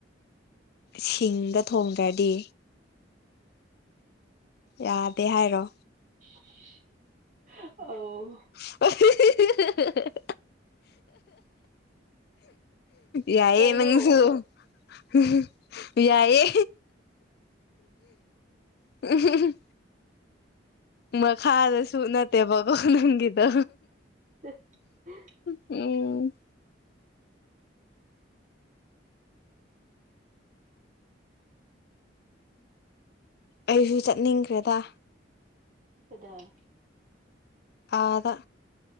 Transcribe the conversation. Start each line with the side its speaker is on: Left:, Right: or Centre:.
Left: ꯁꯤꯡꯗ ꯊꯣꯡꯗ꯭ꯔꯗꯤ ꯌꯥꯗꯦ ꯍꯥꯏꯔꯣ
Right: <unintelligible>
Left: <unintelligible> ꯌꯥꯏꯌꯦ
Right: ꯀꯩꯅꯣ
Left: ꯅꯪꯁꯨ <unintelligible> ꯌꯥꯏꯑꯦ <unintelligible> <unintelligible> ꯃꯈꯥꯗ ꯁꯨ ꯅꯠꯇꯦꯕꯀꯣ ꯅꯪꯒꯤꯗꯣ
Right: <inaudible>
Left: ꯎꯝ ꯑꯩꯁꯨ ꯆꯠꯅꯤꯡꯈ꯭ꯔꯦꯗ
Right: ꯀꯗꯥꯏ
Left: ꯑꯥꯗ